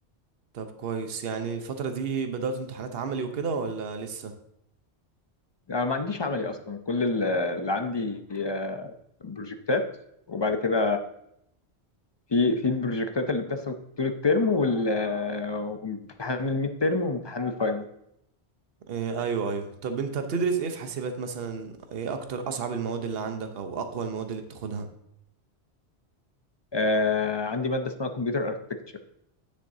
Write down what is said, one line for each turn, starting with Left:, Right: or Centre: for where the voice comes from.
Right: طب كويس يعني الفتره دي بدات امتحانات عملي وكده ولا لسه
Left: أنا ما عنديش عملي أصلا كل ال- اللي عندي آه، بروجكتات وبعد كده في في البروجكتات اللي بتحصل طول الترم وال آه، وامتحان الميد ترم وامتحان الفاينل
Right: آه ايوه ايوه طب انت بتدرس ايه في حاسبات مثلا ايه اكتر اصعب المواد اللي عندك او اقوى المواد اللي بتاخدها
Left: آه، عندي مادة اسمها كمبيوتر اركتكتشر